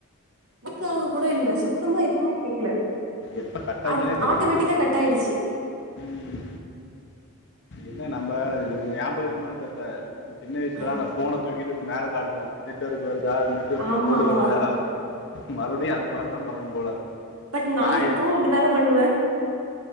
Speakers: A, on the right; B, on the left.
A: வொர்க் ஆக கூட இல்ல சுத்தமா எதுமே கேக்கல
B: எப்ப கட் ஆச்சுனே
A: அது
B: தெரியல
A: ஆட்டோமேட்டிக்கா கட் ஆயிடுச்சு
B: ம், என்ன நம்ப இது ஒன்னு ஞாபக இருக்குமான் தெர்ல நம்ம சின்ன வயசுலலா
A: ஆ
B: அந்த ஃபோன்ன தூக்கிட்டு மேல காட்டுவோ நெட்வொர்க் வருதா நெட்வொர்க்ல
A: ஆமா
B: கோடு
A: ஆமா
B: வருதா அப்டின்னு மறுவ்டியு அது மாரி தா பண்ணணும் போல அதுக்கு
A: பட்
B: நா
A: இப்பவு
B: எ
A: அப்டிதாங்க பண்ணுவே